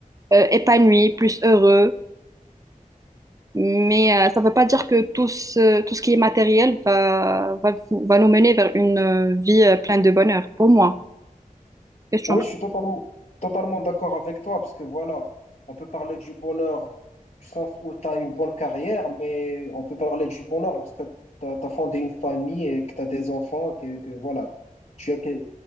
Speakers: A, on the right; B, on the left.
A: euh, épanoui, plus heureux. Mais euh, ça ne veut pas dire que tout ce, tout ce qui est matériel va, va, va nous mener vers une euh, vie euh, pleine de bonheur, pour moi. Qu'est-ce que tu
B: Oui,
A: en penses?
B: je suis totalement, totalement d'accord avec toi, parce que voilà, on peut parler du bonheur du sens où tu as une bonne carrière, mais on peut parler du bonheur lorsque tu as, fondé une famille et que tu as des enfants, que, que voilà, tu as que-